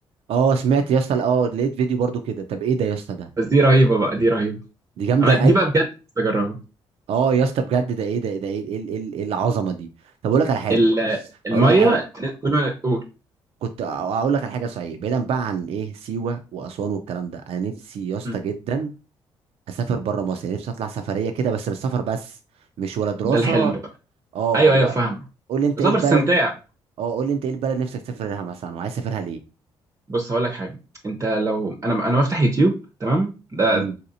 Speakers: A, on the right; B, on the right.
A: اه سمعت يا اسطى اه لقيت فيديو برضو كده طب ايه ده يا اسطى ده
B: بس دي رهيبه بقى دي رهيبه
A: دي جامده
B: انا دي
A: اي
B: بقى بجد نفسي اجربها
A: اه يا اسطى بجد ده ايه ده ده ايه ايه ايه إيه إيه العظمه دي طب اقول لك على حاجه
B: ال- الميه
A: اقول لك على حاجه
B: كل ما اقول
A: كنت اقول لك على حاجه صحيح بعيدا بقى عن ايه سيوه واسوان والكلام ده انا نفسي يا اسطى
B: مم.
A: جدا اسافر بره مصر يعني نفسي اطلع سفريه كده بس بالسفر بس مش ولا دراسه
B: ده الحلم بقى.
A: اه
B: ايوه
A: ولا-
B: ايوه فاهم
A: قول لي انت
B: سفر
A: ايه البلد
B: استمتاع
A: اه قول لي انت ايه البلد نفسك تسافر لها مثلا وعايز تسافرها
B: بص هقول لك حاجه انت لو انا انا بفتح يوتيوب تمام ده
A: ليه